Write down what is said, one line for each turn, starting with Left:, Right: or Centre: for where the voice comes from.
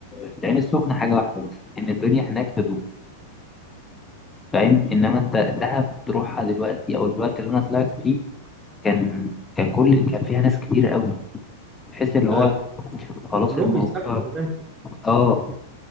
Left: في العين السخنة حاجة واحدة بس إن الدنيا هناك هدوء فاهم إنما أنت دهب تروحها دلوقتي أو الوقت اللي أنا طلعت فيه كان كان كل كان فيها ناس كتير قوي تحس اللي
Right: ايوه
Left: هو خلاص
Right: كلهم
Left: الموضوع
Right: بيسافروا هناك
Left: آه